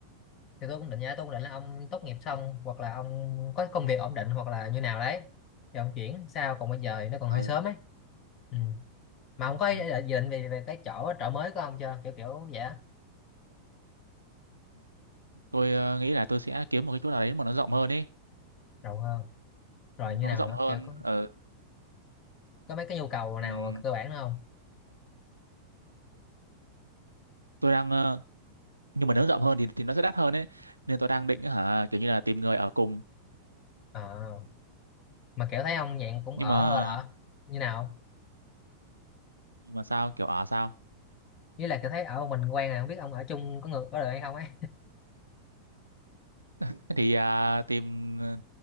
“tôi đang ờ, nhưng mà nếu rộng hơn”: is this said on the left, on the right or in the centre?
Right